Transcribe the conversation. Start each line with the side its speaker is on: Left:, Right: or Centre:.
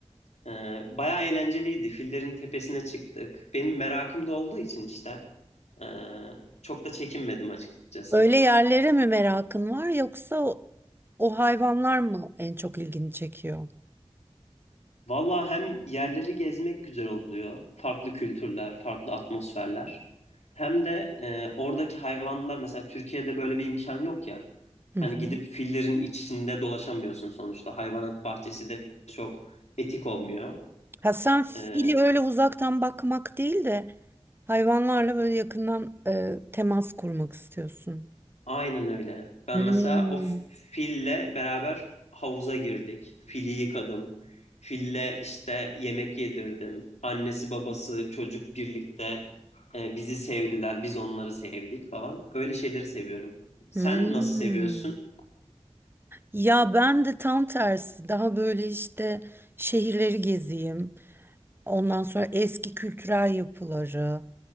Left: Ee, bayağı eğlenceliydi. Fillerin tepesine çıktık. Benim merakım da olduğu için işte ee, çok da çekinmedim açıkçası.
Right: Öyle yerlere mi merakın var yoksa o, o hayvanlar mı en çok ilgini çekiyor?
Left: Valla hem yerleri gezmek güzel oluyor. Farklı kültürler, farklı atmosferler. Hem de e, oradaki hayvanlar mesela Türkiye'de böyle bir imkan yok ya.
Right: Hı
Left: Hani
Right: hı.
Left: gidip fillerin içinde dolaşamıyorsun sonuçta. Hayvanat bahçesi de çok etik olmuyor.
Right: Ha sen fili
Left: E,
Right: öyle uzaktan bakmak değil de hayvanlarla böyle yakından e, temas kurmak istiyorsun.
Left: Aynen öyle. Ben
Right: Hmm.
Left: mesela o f- fille beraber havuza girdik. Fili yıkadım. Fille işte yemek yedirdim. Annesi, babası, çocuk birlikte e, bizi sevdiler. Biz onları sevdik falan. Öyle şeyleri seviyorum. Sen
Right: Hmm.
Left: nasıl seviyorsun?
Right: Ya ben de tam tersi daha böyle işte şehirleri gezeyim. Ondan sonra eski kültürel yapıları.